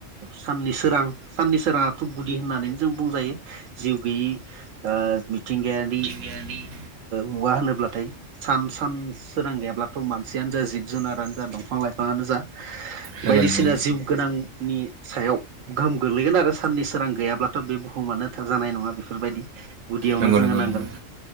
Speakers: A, on the right (about 80°); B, on the right (about 60°).
A: साननि सोरां साननि सोराङाथ' गुदि होननानै जों बुंजायो जिउ गैयि मिथिंगायारि
B: <unintelligible>
A: मुगा होनोब्लाथाय सान सान सोरां गैयाब्लाथ' मानसियानो जा जिब जुनारानो जा दंफां लाइफां बिफाङानो जा
B: नंगौ
A: बायदिसिना
B: नंगौ
A: जिउ गोनांनि सायाव गोहोम गोग्लैगोन आरो साननि सोरां गैयाब्ला अब्लाथ' बे बुहुमानो जानाय नङा बेफोरबायदि गुदियावनो
B: नंगौ
A: जोङो
B: नंगौ
A: नांगोन
B: नंगौ